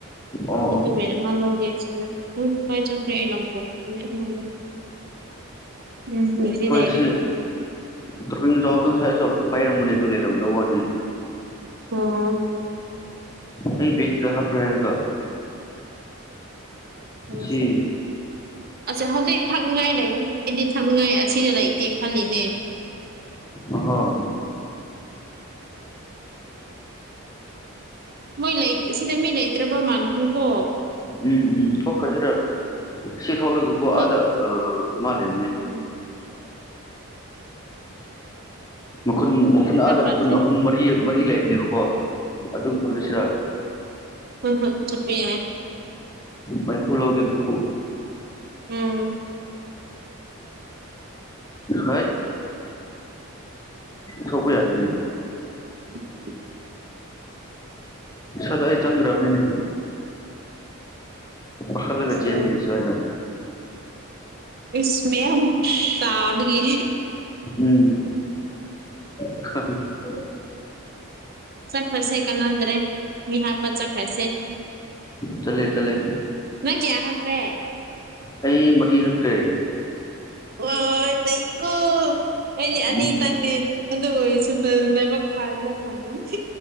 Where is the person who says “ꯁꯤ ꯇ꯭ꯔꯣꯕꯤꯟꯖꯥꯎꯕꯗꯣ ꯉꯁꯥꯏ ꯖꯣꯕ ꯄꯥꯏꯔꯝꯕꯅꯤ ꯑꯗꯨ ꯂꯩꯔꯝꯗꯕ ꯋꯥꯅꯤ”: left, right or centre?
Left